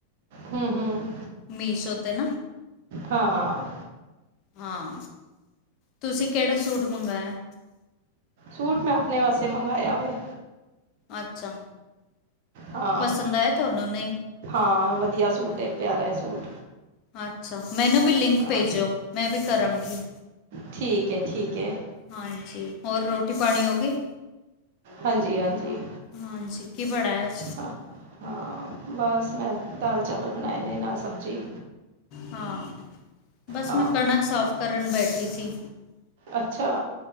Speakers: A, on the right (about 50°); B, on the left (about 40°).
A: ਹੂੰ ਹੂੰ।
B: ਮੀਸੋ ਤੇ ਨਾ।
A: ਹਾਂ, ਹਾਂ।
B: ਹਾਂ, ਤੁਸੀਂ ਕਿਹੜਾ ਸੂਟ ਮੰਗਾਇਆ?
A: ਸੂਟ ਮੈਂ ਆਪਣੇ ਵਾਸਤੇ ਮੰਗਾਇਆ ਵੇ।
B: ਅੱਛਾ।
A: ਹਾਂ,
B: ਪਸੰਦ ਆਇਆ ਤੁਹਾਨੂੰ ਨਹੀਂ
A: ਹਾਂ ਵਧੀਆ ਸੂਟ ਏ ਪਿਆਰਾ ਏ ਸੂਟ।
B: ਅੱਛਾ, ਮੈਨੂੰ ਵੀ ਲਿੰਕ ਭੇਜਿਓ,
A: ਹਾਂ
B: ਮੈਂ ਵੀ ਕਰਾਂਗੀ।
A: ਠੀਕ ਏ, ਠੀਕ ਏ।
B: ਹਾਂਜੀ, ਹੋਰ ਰੋਟੀ ਪਾਣੀ ਹੋ ਗਈ?
A: ਹਾਂਜੀ, ਹਾਂਜੀ।
B: ਹਾਂਜੀ ਕੀ ਪੜਾ ਐ ਅੱਜ
A: ਹਾਂ ਹਾਂ। ਬਸ, ਮੈਂ ਦਾਲ-ਚਾਵਲ ਬਨਾਏ ਨੇ ਨਾਲ ਸਬਜ਼ੀ।
B: ਹਾਂ, ਬਸ
A: ਹਾਂ
B: ਮੈਂ ਕਣਕ ਸਾਫ ਕਰਨ ਬੈਠੀ ਸੀ।
A: ਅੱਛਾ।